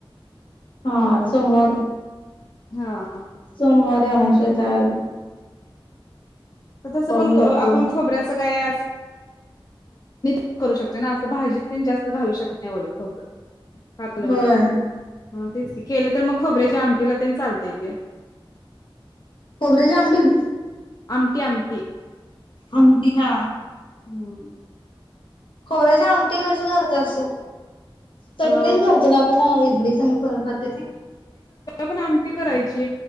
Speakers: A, on the left; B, on the left.
A: हां सोमवारी,
B: हां,
A: सोमवारी आमुवश्या य त्यावेळेला,
B: तसं
A: करून
B: पण
A: बघतो.
B: आपण खोबऱ्याचं गाय, मीच करू शकतो ना असं भाजी. मी पण जास्त घालू शकत नाही ओलं खोबरं कालवणात
A: होय.
B: ह तेच क केलं तर मग खोबऱ्याच्या आमटीला ते चालतंय ते
A: खोबरे ज आंबिल,
B: आमटी आमटी
A: आमटी हा
B: हम्म,
A: खोबऱ्या ज आमटी कशी करत्यास तू चटणीच
B: अ
A: करतो ना आपण इडली संग करून खातेस करते.
B: पण आमटी करायची